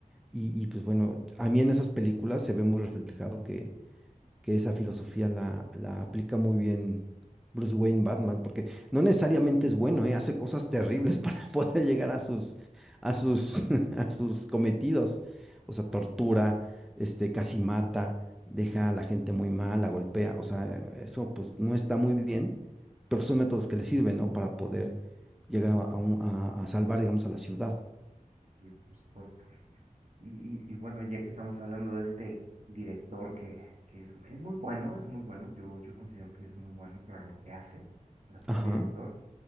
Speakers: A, in the centre; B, on the right.
A: Y, y pues bueno, a mí en esas películas se ve muy reflejado que que esa filosofía la, la aplica muy bien Bruce Wayne Batman, porque no necesariamente es bueno, ¿eh? Hace cosas terribles <laughs> para poder llegar a sus, a sus, <laughs> a sus cometidos. O sea, tortura, este, casi mata, deja a la gente muy mal, la golpea. O sea, eso pues no está muy bien, pero son métodos que le sirven, ¿no? Para poder llegar a, a un- a- a salvar, digamos, a la ciudad.
B: sí, por supuesto. Y, y, y bueno, ya que estamos hablando de este director que, que es, es muy bueno, es muy bueno, yo, yo considero que es muy bueno para lo que hace, para ser
A: ajá
B: director.